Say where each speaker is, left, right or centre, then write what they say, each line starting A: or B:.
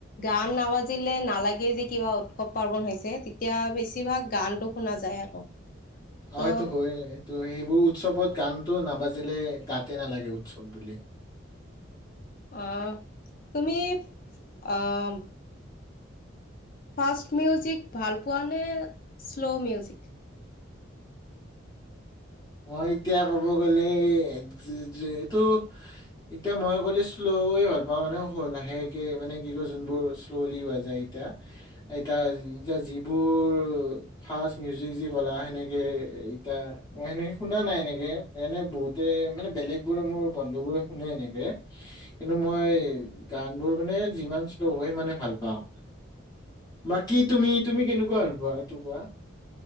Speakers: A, on the left; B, on the left.
A: গান নাবাজিলে নালাগে যে কিবা উৎসৱ পাৰ্বন হৈছে। তেতিয়া বেছিভাগ গানটো শুনা যায় আৰু। ত'
B: এইটো হয় এইটো সেইবোৰ উৎসৱত গানতটো নাবাজিলে গাতে নালাগে উৎসৱ বুলি।
A: অ' তুমি অ' ফাষ্ট মিউজিক ভাল পোৱা শ্লোল মিউজিক?
B: মই এতিয়া ক'ব গলে কি যে এইটো এতিয়া মই ক'লে শ্লয়ে ভাল পাওঁ মানে লাহেকে মানে কি কই যোনবোৰ শ্ল'লি পোৱা যায়। এতিয়া এতিয়া যিবোৰ ফাষ্ট মিউজিক যি কলা সেনেকে এতিয়া অ সেনেকে শুনা নাই এনে বহুতে মানে বেলেগ বোৰে মোৰ বন্ধু বোৰে শুনে এনেকে। কিন্তু মই গান বোৰ মানে যিমান শ্লো' হয় সিমানে ভাল পাওঁ। বাকী তুমি তুমি কেনেকুৱা হ'ল পোৱা এইটো কোৱা?